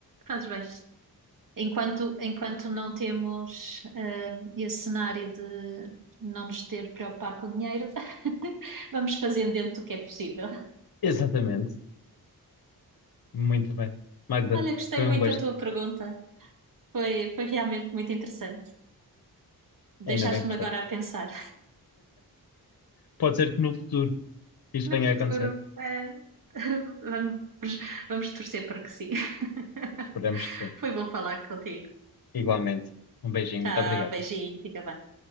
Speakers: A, on the right; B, on the left.
A: fazes bem. Enquanto, enquanto não temos hum, esse cenário de não nos ter de preocupar com dinheiro, <laughs> vamos fazendo dentro do que é possível.
B: Exatamente. Muito bem. Magda,
A: Olha, gostei
B: foi
A: muito
B: um gosto.
A: da tua pergunta. Foi, foi realmente muito interessante.
B: Ainda
A: Deixaste-me
B: bem que gostaste.
A: agora a pensar.
B: Pode ser que no futuro isto
A: No
B: venha
A: futuro,
B: a acontecer.
A: eh, <laughs> vamos, vamos torcer para que sim. <laughs>
B: Esperemos que sim.
A: Foi bom falar contigo.
B: Igualmente. Um beijinho.
A: Tchau,
B: Muito obrigado.
A: beijinho, fica bem.